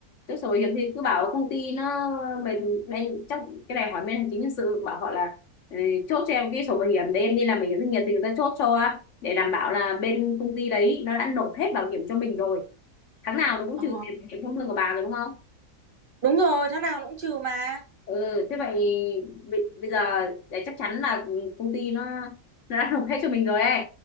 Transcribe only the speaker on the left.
Chốt sổ bảo hiểm thì cứ bảo công ty nó bên bên chắc cái này hỏi bên hành chính nhân sự bảo họ là ừ, chốt cho em cái sổ bảo hiểm để em đi làm bảo hiểm doanh nghiệp thì người ta chốt cho để đảm bảo là bên công ty đấy nó đã nộp hết bảo hiểm cho mình rồi. Tháng nào nó cũng
trừ tiền bảo hiểm trong lương của bà rồi đúng không?
ừ thế vậy bây bây giờ để chắc chắn là công ty nó nó đã <laughs> nộp hết cho mình rồi ấy